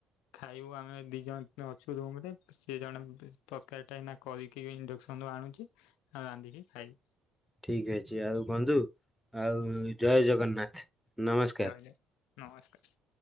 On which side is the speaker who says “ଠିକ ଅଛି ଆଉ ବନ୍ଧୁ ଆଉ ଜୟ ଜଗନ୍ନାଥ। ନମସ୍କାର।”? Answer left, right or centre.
Centre